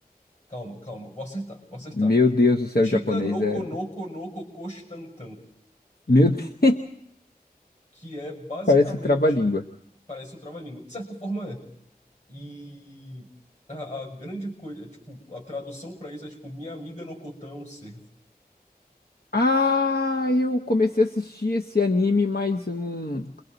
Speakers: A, on the left; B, on the left.
A: Calma, calma, vou acertar, vou acertar.
B: Meu Deus do céu,
A: Chica
B: o japonês
A: no
B: é.
A: Konoko no Kokostantan,
B: Meu Deus,
A: que é basicamente,
B: <laughs> parece o trava-língua.
A: parece um trava-língua. De certa forma é. E a, a grande coisa, tipo, a tradução pra isso é tipo, Minha Amiga no Cotão, servo.
B: Ah, eu comecei a assistir esse anime, mas eu não,